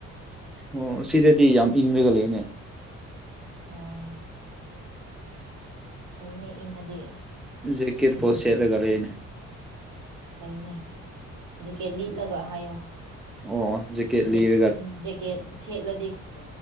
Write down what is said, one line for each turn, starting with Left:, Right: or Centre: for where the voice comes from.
Centre: ꯑꯣ ꯁꯤꯗꯗꯤ ꯌꯥꯝ ꯏꯪꯉꯒ ꯂꯩꯅꯦ
Right: ꯑꯣ ꯐꯩꯅꯦ ꯏꯪꯉꯗꯤ
Centre: ꯖꯤꯀꯦꯠ ꯄꯣ ꯁꯦꯠꯂꯒ ꯂꯩꯅꯦ
Right: ꯐꯩꯅꯦ ꯖꯦꯀꯦꯠ ꯂꯤꯠꯂꯒ ꯍꯥꯏꯌꯣ
Centre: ꯑꯣ ꯖꯦꯀꯦꯠ
Right: ꯖꯦ
Centre: ꯂꯤꯔꯒ
Right: ꯖꯦꯀꯦꯠ ꯁꯦꯠꯂꯗꯤ ꯎ